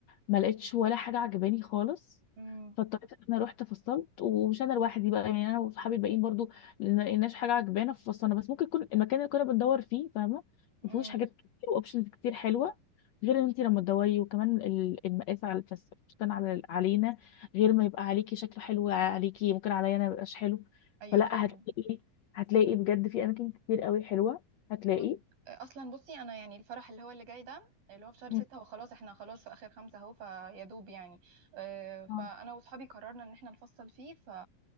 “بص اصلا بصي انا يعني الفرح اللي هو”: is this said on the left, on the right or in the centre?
Right